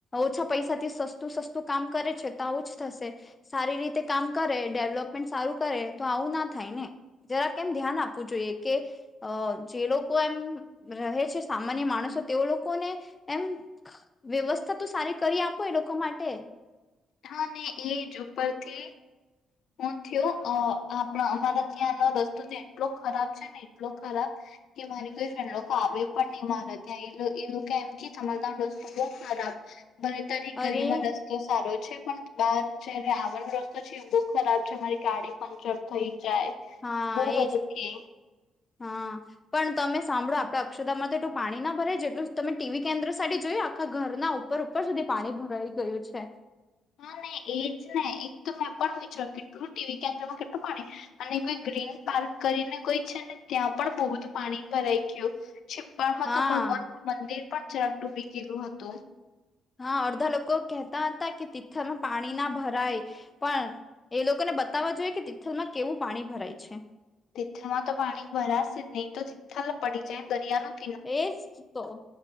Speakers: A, on the left (about 25°); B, on the left (about 70°).
A: ઓછા પૈસાથી સસ્તું સસ્તું કામ કરે છે તો આવ જ થશે સારી રીતે કામ કરે ડેવલપમેન્ટ સારું કરે તો આવું ના થાય ને જરા કેમ ધ્યાન આપવું જોઈએ કે અ જે લોકો એમ રહે છે સામાન્ય માણસો તેઓ લોકો ને એમ વ્યવસ્થા તો સારી કરી આપો લોકો માટે
B: હા ને એજ ઉપરથી હું થયો આપણા અમારા ત્યાંનો રસ્તો એટલો ખરાબ છે ને એટલો ખરાબ કે મારી કોઈ ફ્રેન્ડ લોકો આવે પણ નહીં મારે ત્યાં એ લોકો એમથી તમા ત દોસ્ બહ ખરાબ ભલે તારી ગરીમાં
A: અરે
B: રસ્તો સારો છે પણ બહાર જ આવણનો રસ્તો છે એ બો ખરાબ છે અમારી ગાડી પંક્ચર થઈ જાય
A: હા
B: બહુ
A: એજ
B: બધું કે
A: હા પણ તમે સાંભળો આપડા અક્ષતામાં તો એલું પાણી ના ભરાય જેટલું તમે ટીવી કેન્દ્ર સાથે જોઈ આખા ઘરના ઉપ ઉપર સુધી પાણી ભરાઈ ગયું છે
B: હા ના એજ ને એક તો મેં પણ વિચાર કેટલું ટીવી કેન્દ્રમાં કેટલું પાડ અને કોઈ ગ્રીન પાર્ક કરીને કોઈ છે ને ત્યાં પણ બહુ પાણી ભરાઈ ગયું છિપ્પાડમાં
A: હા
B: તો ભગવાન નું મંદિર પણ જરાક ડૂબી ગયલું હતું
A: હા અડધા લોકો કહેતા હતા કે તિથલમાં પાણી ના ભરાય પણ એ લોકોને બતાવવા જોઈએ કે તિ્થલ માં કેવું પાણી ભરાય છે
B: તિથલમાં તો પાણી ભરાશે નહીં તો તિથલ પડી જાયને દરિયા ન
A: એજ તો